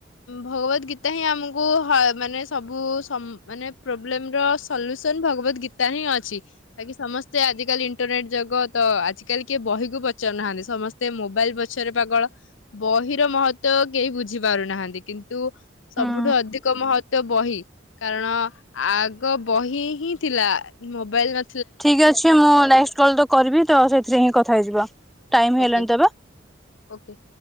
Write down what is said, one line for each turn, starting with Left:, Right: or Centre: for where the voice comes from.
Left: ଭଗବତ ଗୀତା ହିଁ ଆମକୁ ହ ମାନେ ସବୁ ସମ୍ ମାନେ ପ୍ରୋବ୍ଲେମର ସଲ୍ୟୁସନ ଭଗବତ ଗୀତା ହିଁ ଅଛି। ବାକି ସମସ୍ତେ ଆଜିକାଲି ଇନ୍ ଇଣ୍ଟରନେଟ୍ ଜଗତ, ଆଜିକାଲି କିଏ ବହିକୁ ପଚାରୁ ନାହାନ୍ତି ସମସ୍ତେ ମୋବାଇଲ ପଛରେ ପାଗଳ। ବହିର ମହତ୍ତ୍ଵ କେହି ବୁଝି ପାରୁନାହାନ୍ତି। କିନ୍ କିନ୍ତୁ ସବୁଠୁ
Centre: ହୁଁ
Left: ଅଧିକ ମହତ୍ତ୍ଵ ବହି। କାରଣ ଆଗ ବହି ହିଁ ଥିଲା ମୋବାଇଲ ନ
Centre: ଠିକ୍ ଅଛି ମୁଁ ନେକ୍ସଟ୍ କଲ୍ ତ କରିବି ତ ସେଥିରେ ହିଁ କଥା ହେଇଯିବା, ଟାଇମ୍
Left: ଓକେ
Centre: ହେଇଲାଣି ତେବେ
Left: ଓକେ।